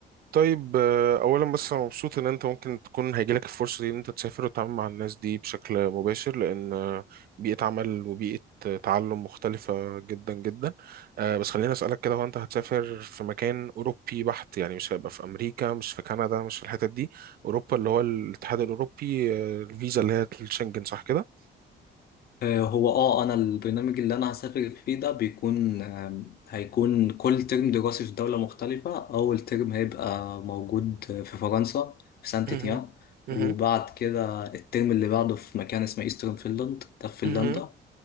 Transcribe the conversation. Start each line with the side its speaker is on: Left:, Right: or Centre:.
Right: طيب آه اولا بس انا مبسوط ان انت ممكن تكون هيجيلك الفرصه دي ان انت تسافر وتتعامل مع الناس دي بشكل مباشر لان آه، بيئه عمل وبيئه آه، تعلم مختلفه جدا جدا آه بس خليني اسالك كده هو انت هتسافر في مكان اوروبي بحت يعني مش هيبقى في امريكا مش في كندا مش في الحتت دي اوروبا اللي هو الاتحاد الاوروبي آه، الفيزا اللي هي الشنجن صح كده
Left: آه، هو اه انا البرنامج اللي انا هسافر فيه ده بيكون آم، هيكون كل ترم دراسي في دولة مختلفة اول ترم هيبقى موجود في فرنسا في سانت
Right: مهم.
Left: تيان
Right: مهم.
Left: وبعد كده الترم اللي بعده في مكان اسمه ايسترن فينلاند ده في
Right: مهم.
Left: فنلندا